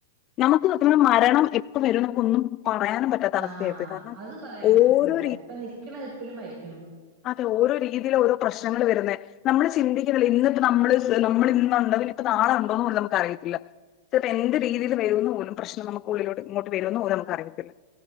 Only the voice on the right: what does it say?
ആഹ്
അത് പറയാൻ പറ്റത്തില്ല
ഇപ്പൊ നിക്കണ നിപ്പിലും മരിക്ക്ണു.